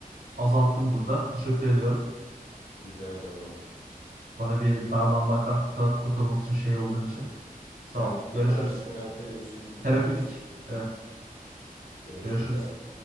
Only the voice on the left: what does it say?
Rica ederim abi.
Terapi,
terapi, terapi için
buradayız.
Görüşürüz
abi.